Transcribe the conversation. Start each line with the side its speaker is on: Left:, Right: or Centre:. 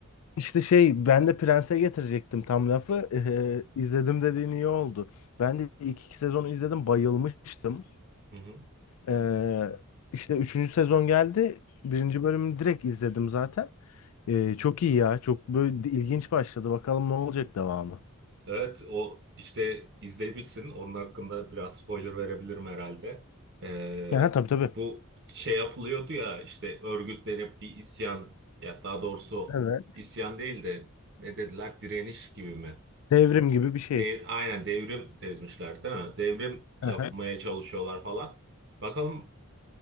Left: İşte şey ben de Prens'e getirecektim tam lafı. E, e, izledim dediğin iyi oldu. Ben de ilk iki sezonu izledim bayılmıştım.
Right: Hı hı.
Left: Ee, işte üçüncü sezon geldi. Birinci bölümünü direkt izledim zaten. Ee, çok iyi ya. Çok böyle ilginç başladı. Bakalım ne olacak devamı.
Right: Evet, o işte izleyebilirsin. Onun hakkında biraz spoiler verebilirim herhalde. Ee,
Left: Ha, tabii tabii.
Right: bu şey yapılıyordu ya işte örgütlenip bir isyan ya daha doğrusu
Left: Evet.
Right: isyan değil de ne dediler direniş gibi mi?
Left: Devrim gibi bir şey.
Right: Dev- aynen devrim demişler değil mi? Devrim yapmaya
Left: Ha,
Right: çalışıyorlar falan. Bakalım